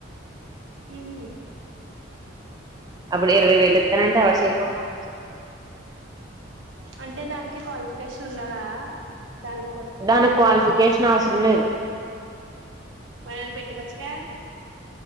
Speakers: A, on the right; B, on the right.
A: మ్హూ
B: అప్పుడు ఇరవై వేలు ఇత్తానంటే ఎవరు చేయకుండా చెయాకుండా ఉంటారు చెప్పు
A: అంటే దానికి క్వాలిఫికేషన్ ఉండాలా దాని
B: దానికి కావా చేసిన అవసరం లేదు
A: మనల్ని పెట్టుకోవచ్చుగా